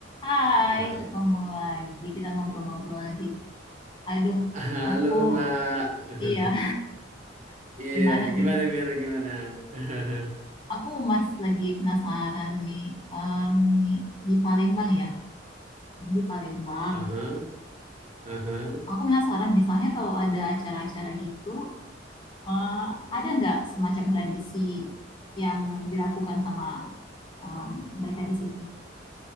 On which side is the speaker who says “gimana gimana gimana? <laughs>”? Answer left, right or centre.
Right